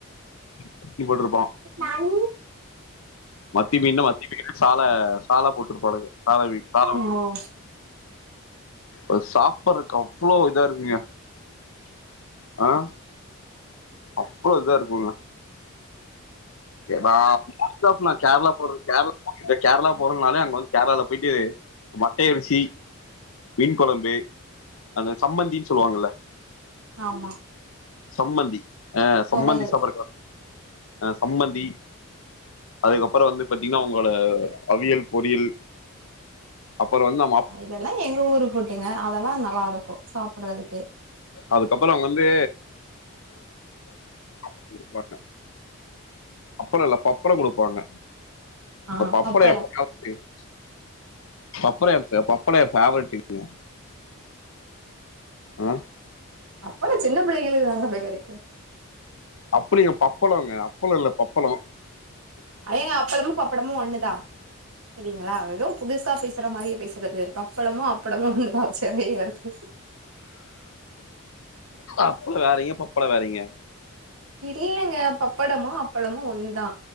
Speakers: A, on the left (about 70°); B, on the right (about 80°).
A: <unintelligible> போட்டுருப்போ
B: தன்
A: மத்தி மீனுனா மத்தி மீன்னு சால சால போட்ருப்பானுங்க சால மீனு சால மத்தி
B: ஓ
A: அ சாப்பட்றக்கு அவ்ளோ இதா இருக்குங்க ஆ அவ்ளோ இதா இருக்குங்க எ வா பஸ்ட் கிளாஸ் நா கேரளா போறது கேரளா இந்த கேரளா போறதுனாலே அங்க வந்து கேரளால போய்ட்டு மட்டய விரிச்சி மீன் கொழம்பு அங்க சம்மந்தி சொல்லுவாங்கல்ல
B: ஆமா
A: சம்மந்தி அ
B: தொவையல்
A: சம்மந்தி சாப்பட்றக்கு அ சம்பந்தி அதுக்கப்றோ வந்து பாத்தீங்கன்னா அவுங்களோட அவியல் பொறியல் அப்பறோ என்னா
B: இதெல்லா எங்க ஊரு ஃபுடுங்க அதெல்லா நல்லாருக்கு சாப்பட்றதுக்கு
A: அதுக்கப்புறோ அவங்க வந்து <inaudible> அப்பலோ இல்லப்பா அப்பளங் கொடுப்பாங்க
B: ஆ
A: அப்பளோ
B: அப்பளம்
A: <unintelligible> பப்படோ என் பப்படோ என் பேவரட் டிஷ்ங்க ஆ
B: அப்பளோ சின்ன பிள்ளைங்களுக்கு தாங்க ஃபேவரெட்டு
A: அப்புலிங்க பப்பளோங்க அப்பளோ இல்ல பப்பளோ
B: ஏங்க அப்பளமு பப்படமு ஒண்ணுதா சரிங்களா ஏதோ புதுசா பேசுற மாரியே பேசறது பப்பளமு அப்படமு ஒன்னுதா சரியா இருக்கு
A: அப்பளோ வேறீங்க பப்படோ வேறீங்க
B: இல்லங்க பப்படமு அப்பளமு ஒன்னு தா